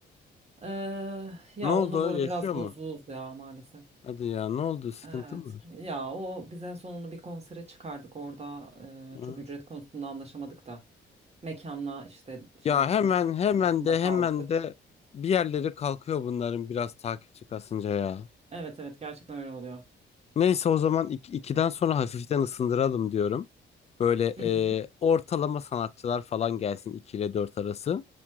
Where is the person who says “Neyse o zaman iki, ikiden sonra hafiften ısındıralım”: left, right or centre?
Left